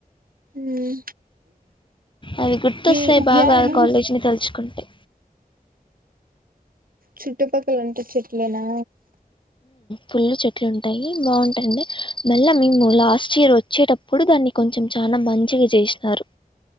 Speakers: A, on the right; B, on the left.
A: మ్మ్
B: అవి గుర్తొస్తాయి
A: మీ
B: బాగా
A: యాడ్
B: ఆ కాలేజీ ని తలుచుకుంటే.
A: చుట్టుపక్కల ఉంటే చెట్లేనా
B: పుల్లు చెట్లు ఉంటాయి బాగుంటాయిడి. మళ్ళా మేము లాస్ట్ ఇయర్ వచ్చేటప్పుడు దాన్ని కొంచెం చాలా మంచిగా చేసినారు.